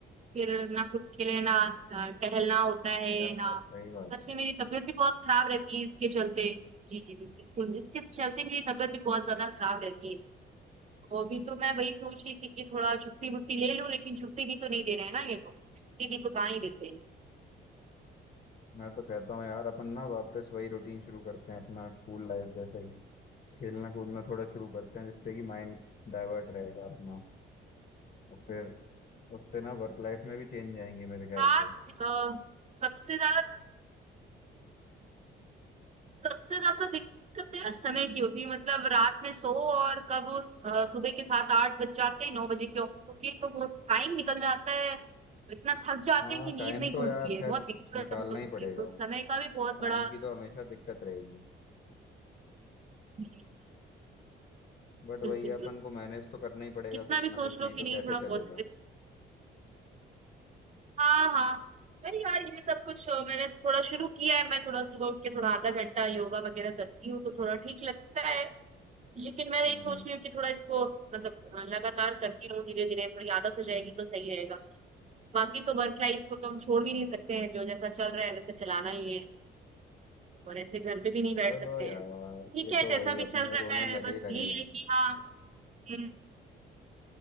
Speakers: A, on the right; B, on the left.
A: फिर ना खुद के लिए ना अ, टहलना होता है
B: यार
A: ना
B: सही बात
A: सच
B: है
A: में मेरी तबीयत भी बहुत खराब रहती है इसके चलते जी जी जी बिल्कुल इसके चलते मेरी तबीयत भी बहुत ज्यादा खराब रहती है तो अभी तो मैं वही सोच रही थी कि थोड़ा छुट्टी वुट्टी ले लूं लेकिन छुट्टी भी तो नहीं दे रहे हैं ना ये लोग छुट्टी भी तो कहाँ ही देते हैं
B: मैं तो कहता हूँ यार अपन ना वापस वही रूटीन शुरू करते हैं अपना स्कूल लाइफ जैसे खेलना कूदना थोड़ा शुरू करते हैं जिससे कि माइंड डाइवर्ट रहेगा अपना और फिर उससे ना वर्क लाइफ में भी चेंज आएंगे मेरे ख्याल
A: बात
B: से
A: अ, सबसे ज्यादा सबसे ज्यादा दिक्कत तो यार समय की होती है मतलब रात में सो और कब वो अ, सुबह के सात आठ बज जाते हैं नौ बजे की ऑफिस होती है तो वो टाइम निकल जाता है इतना थक जाते
B: हाँ
A: हैं कि नींद
B: टाइम
A: नहीं
B: तो
A: खुलती
B: यार
A: है
B: खैर
A: बहुत दिक्कत
B: निकालना
A: होती
B: ही पड़ेगा
A: है तो समय का भी बहुत
B: टाइम
A: बड़ा
B: की तो हमेशा दिक्कत रहेगी
A: बिल्कुल
B: बट
A: बिल्कुल
B: वही है, अपन को मैनेज तो करना ही पड़ेगा
A: कितना
B: कुछ
A: भी
B: ना
A: सोच
B: कुछ
A: लो
B: नहीं तो
A: कि नहीं
B: कैसे
A: थोड़ा
B: चलेगा
A: पॉजिटिव हाँ हाँ नहीं यार ये सब कुछ अ, मैंने थोड़ा शुरू किया है मैं थोड़ा सुबह उठ के थोड़ा आधा घंटा योगा वगैरह करती हूँ तो थोड़ा ठीक लगता है लेकिन मैं यही
B: हम्म
A: सोच रही हूँ कि थोड़ा इसको मतलब अ, लगातार करती रहूँ धीरे धीरे थोड़ी आदत हो जाएगी तो सही रहेगा बाकी तो वर्क लाइफ को तो हम छोड़ भी नहीं सकते हैं जो जैसा चल रहा है वैसे चलाना ही है और ऐसे घर पे भी नहीं
B: चलो
A: बैठ सकते
B: यार
A: हैं ठीक
B: ये
A: है
B: तो
A: जैसा
B: वही
A: भी
B: अपने
A: चल रहा
B: रोने
A: है
B: लगे
A: बस
B: ही लगे
A: यही
B: रहेंगे
A: है कि हाँ हम्म,